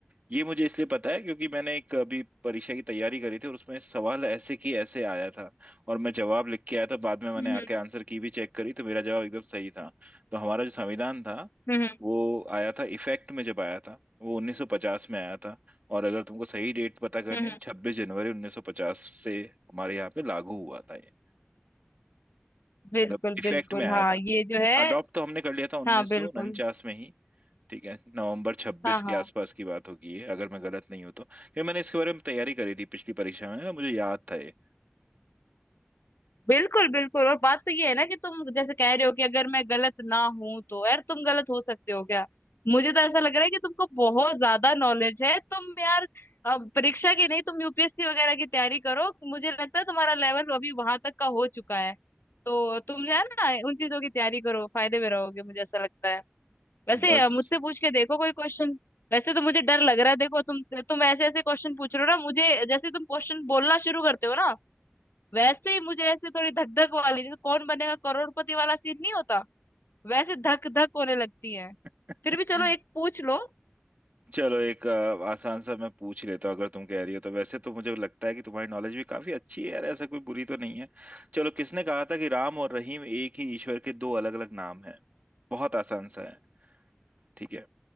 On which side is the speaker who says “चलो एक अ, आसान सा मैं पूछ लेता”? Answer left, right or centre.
Right